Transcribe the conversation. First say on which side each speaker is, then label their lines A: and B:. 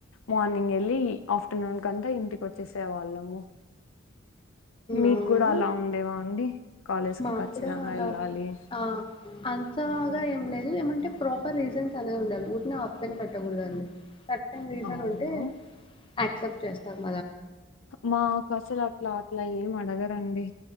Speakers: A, on the left; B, on the left.
A: మార్నింగ్ వెళ్ళి ఆఫ్టర్నూన్ కంతా ఇంటికి వచ్చేసే వాళ్ళము మీకు
B: అవును
A: కూడా అలా ఉండేవా అండి కాలేజ్
B: మాకు
A: కీ ఖచ్చితంగా
B: కూడా అలా
A: వెళ్ళాలి
B: ఆ అంతగా ఏం లేదు ఏమంటే ప్రాపర్ రీజన్స్ అనేది ఉండాలి ఊరికనే ఆప్షన్ పెట్టకూడదండి థర్డ్ టైం రీజన్
A: అవును
B: అంటే యాక్సెప్ట్ చేస్తారు
A: మా కసలు అట్లా అట్లా ఏం అడగరండి